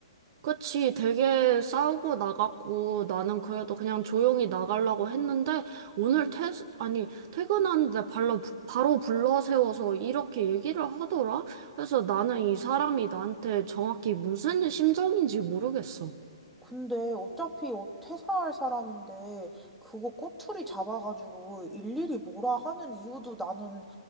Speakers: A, on the right; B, in the centre.
A: 그치, 되게 싸우고 나갔고, 나는 그래도 그냥 조용히 나가려고 했는데, 오늘 퇴, 아니, 퇴근하는데 발로, 바로 불러 세워서 이렇게 얘기를 하더라? 그래서 나는 이 사람이 나한테 정확히 무슨 심정인지 모르겠어.
B: 근데 어차피 어- 퇴사할 사람인데 그거 꼬투리 잡아가지고 일일이 뭐라 하는 이유도 나는